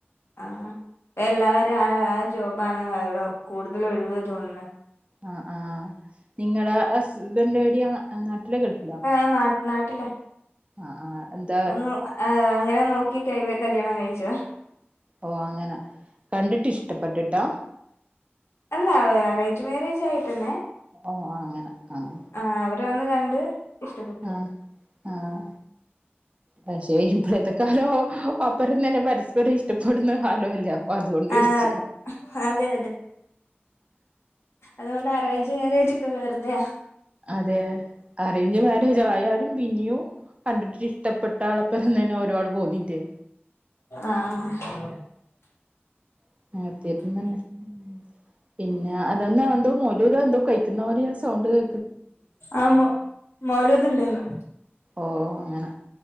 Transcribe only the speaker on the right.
ആഹ് ആഹ് നിങ്ങളെ ഹസ്ബൻഡ് എവിടെയാ നാട്ടിലോ ഗൾഫിലോ
ആഹ് ആഹ് എന്ത
ഓ അങ്ങനെ കണ്ടിട്ട് ഇഷ്ടപ്പെട്ടിട്ടാ
ഓ അങ്ങനെ ആഹ്
ആഹ് ആഹ് പക്ഷെ ഇപ്പോഴത്തെ കാലം ഒപ്പറം തന്നെ പരസ്പരം ഇഷ്ടപ്പെടുന്ന കാലമല്ലേ അതൊണ്ട് ചോയിച്ചാ
അതെ അറേഞ്ച് മാരേജ് ആയാലും പിന്നിയും കണ്ടിട്ട് ഇഷ്ടപ്പെട്ട ആളപ്പം തന്നെ ഓരോ ആളും പോണില്ലേ
ആഹ് <unintelligible> പിന്നെ അതന്നാ എന്തോ മൗലൂദ് എന്തോ കഴിക്കുന്ന പോലെയാണ് സൗണ്ട് കേ
ഓ അങ്ങനെ